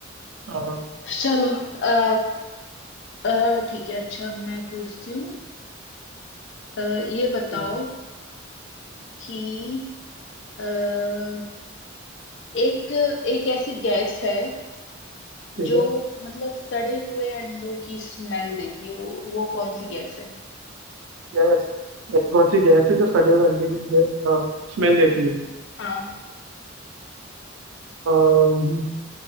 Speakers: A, on the right (about 80°); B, on the left (about 65°).
A: हाँ हाँ
B: चलो अ, अ, ठीक है अच्छा मैं पूछती हूँ अ, ये बताओ
A: हम्म,
B: कि अ, एक एक ऐसी गैस है
A: ठीक
B: जो
A: है
B: मतलब सड़े हुए अंडों की स्मेल देती है वो वो कौन सी गैस है
A: गैस ऐसी कौन सी गैस है जो सड़े हुए अंडे की स्मेल देती है
B: हाँ
A: अम्म,